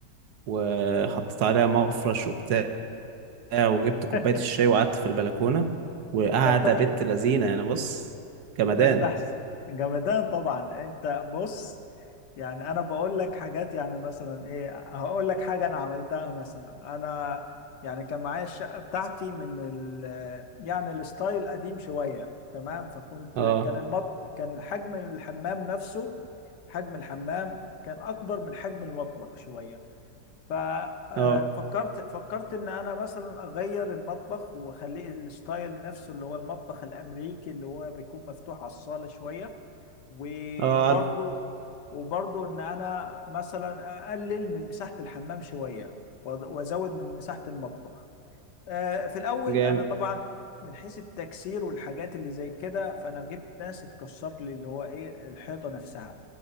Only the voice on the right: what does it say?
وحطيت عليها مفرش وبتاع وجبت كوباية
الشاي وقعدت في البلكونة وقاعدة
بنت لذينة يعني بص جمدان
اه
اه
اه عارف
جامد